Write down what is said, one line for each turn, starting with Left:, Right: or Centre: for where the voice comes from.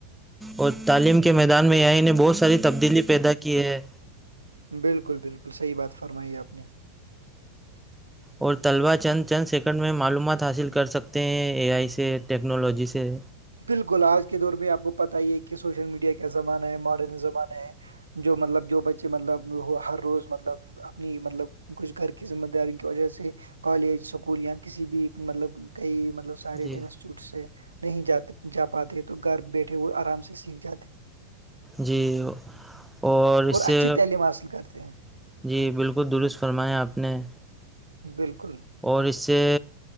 Centre: اور تعلیم کے میدان میں یہاں نے بہت ساری تبدیلی پیدا کی ہے
Right: بالکل بالکل صحیح بات فرمائی آپ نے
Centre: اور طلبا چند چند سیکنڈ میں معلومات حاصل کر سکتے ہیں اے آئی سے ٹیکنالوجی سے
Right: بالکل آج کے دور میں آپ کو پت ہی ہے کہ سوشل میڈیا کیا زمانہ ہے ماڈرن زمانہ ہے جو مطلب جو بچے مطلب وہ ہر روز مطلب اپنی مطلب کچھ گھر کی ذمہ داری کی وجہ سے کالج اسکول یا کسی بھی مطلب کئی ملب سارے
Centre: جی
Right: انسٹیٹیوٹ سے نہیں جات جا پاتے تو گھر بیٹھے وہ آرام سے سیکھ جاتے
Centre: جی اور اس سے
Right: اچھی تعلیم حاصل کرتے ہیں
Centre: جی بالکل درست فرمایا آپ نے
Right: بالکل
Centre: اور اس سے